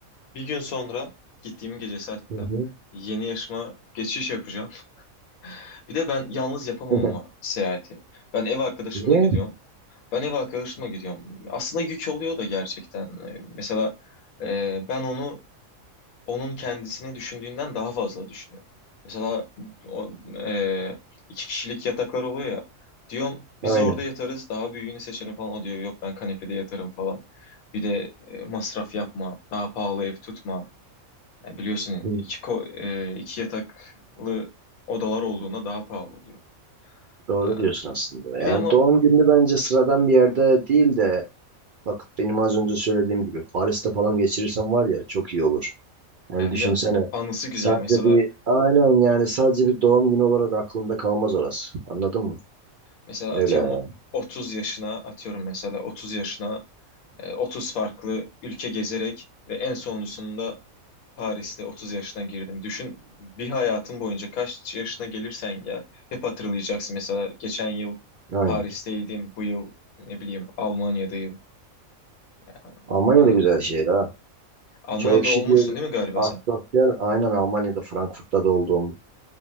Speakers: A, on the left; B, on the right.
A: bir gün sonra gittiğim gecesi hatta
B: hı hı.
A: yeni yaşıma geçiş yapacağım. <laughs> Bir de ben yalnız yapamam
B: <laughs>
A: ama seyahati. Ben ev arkadaşımla
B: Niye?
A: gidiyorum. Ben ev arkadaşımla gidiyorum. Aslında yük oluyor da gerçekten. E, mesela e, ben onu onun kendisini düşündüğünden daha fazla düşünüyor. Mesela o, e, iki kişilik yataklar oluyor ya. Diyorum biz
B: Aynen.
A: orada yatarız daha büyüğünü seçelim falan. O diyor yok ben kanepede yatarım falan. Bir de e, masraf yapma, daha pahalı ev tutma. Yani biliyorsun
B: Hı,
A: iki, ko- e, iki yataklı odalar olduğunda daha pahalı oluyor.
B: Doğru
A: Ha,
B: diyorsun aslında.
A: bir
B: Yani
A: de ama
B: doğum günü bence sıradan bir yerde değil de bak benim az önce söylediğim gibi Paris'te falan geçirirsem var ya çok iyi olur. Yani
A: ya
B: düşünsene
A: bir de anısı güzel.
B: sadece
A: Mesela
B: bir aynen yani sadece bir doğum günü olarak aklımda kalmaz orası. Anladın mı?
A: mesela
B: Öyle
A: atıyorum
B: yani.
A: o- 30 yaşına atıyorum mesela 30 yaşına E, 30 farklı ülke gezerek ve en sonuncusunda Paris'te 30 yaşına girdim. Düşün bir hayatın boyunca kaç yaşına gelirsen gel hep hatırlayacaksın. Mesela geçen yıl
B: Aynen.
A: Paris'teydim, bu yıl ne bileyim Almanya'dayım. Ya,
B: Almanya
A: Bana,
B: da güzel şehir ha.
A: Almanya'da
B: Çok şey
A: olmuştun
B: diyor.
A: değil mi galiba
B: Asosyal.
A: sen?
B: Aynen Almanya'da, Frankfurt'ta da oldum.